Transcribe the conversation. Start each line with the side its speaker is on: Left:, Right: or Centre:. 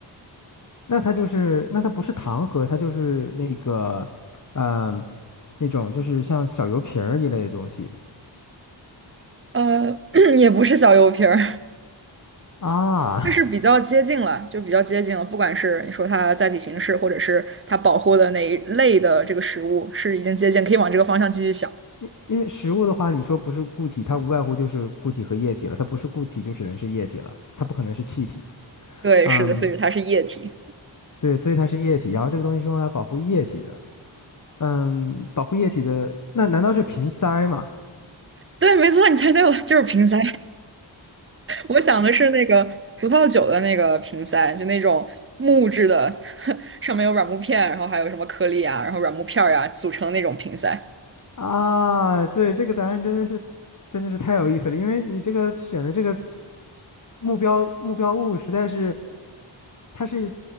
Left: 那它就是，那它不是糖盒，它就是那个，嗯、那种就是像小油瓶儿一类的东西。
Right: 呃，<clears throat> 也不是小油瓶儿，
Left: 啊，
Right: 就是比较接近了，就比较接近了。不管是你说它载体形式，或者是它保护的哪一类的这个食物，是已经接近，可以往这个方向继续想。
Left: 因因为食物的话，你说不是固体，它无外乎就是固体和液体了。它不是固体，就只能是液体了，它不可能是气体。
Right: 对，
Left: 嗯，
Right: 是的，所以它是液体。
Left: 对，所以它是液体。然后这个东西是用来保护液体的。嗯，保护液体的，那难道是瓶塞吗？
Right: 对，没错，你猜对了，就是瓶塞。我想的是那个葡萄酒的那个瓶塞，就那种木质的，<laughs> 上面有软木片，然后还有什么颗粒啊，然后软木片儿呀、组成的那种瓶塞。
Left: 啊，对，这个答案真的是，真的是太有意思了。因为你这个选的这个目标目标物实在是，它是